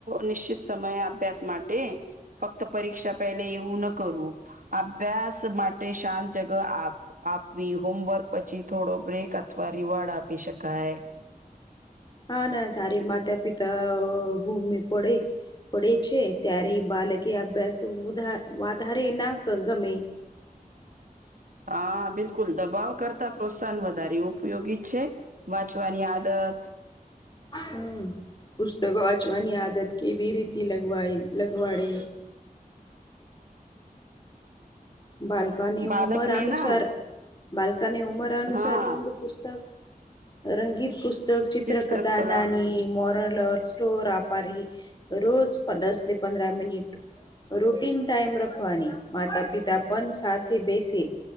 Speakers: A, on the right; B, on the left.
A: નિશ્ચિત સમય અભ્યાસ માટે ફક્ત પરીક્ષા પહેલે એવું ન કરવું અભ્યાસ માટે શાંત જગ આપ આપવી હોમવર્ક પછી, થોડો બ્રેક અથવા રિવાર્ડ આપી શકાય
B: હા ના સારી માતા પિતા ભૂમિ પડે પડે છે ત્યારે બાલકી અભ્યાસ વધારે ના ગમે
A: હા બિલકુલ દબાવ કરતા પ્રોત્સાહન વધારે ઉપયોગી છે. વાંચવાની આદત
B: હમ પુસ્તકો વાચવાની આદત કેવી રીતિ લગવાઈ લગવાડે? બાલકની
A: બાળકને
B: ઉમર અનુસાર
A: ના
B: બાલકાને ઉમર અનુસાર
A: હા
B: રંગ પુસ્તક રંગીત પુસ્તક ચિત્રકથા
A: ચિત્રકલા
B: નાની મો સ્ટોર આપારી રોજ દસ પંદ્ર મિનિટ રૂટીન ટાઈમ રખવાની માતા પિતા પણ સાથે બેસે